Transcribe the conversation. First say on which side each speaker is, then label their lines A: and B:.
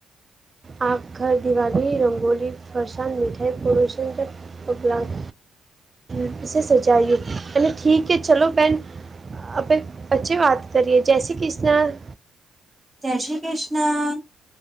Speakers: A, on the right; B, on the right.
A: આખા દિવાલી, રંગોલી, ફરસાન મીઠાઈ <unintelligible> <unintelligible> સજાયું. અને ઠીક હૈ, ચલો બહેન. આપે પછી વાત કરીએ, જય શ્રી કૃષ્ણ.
B: જય શ્રી કૃષ્ણ.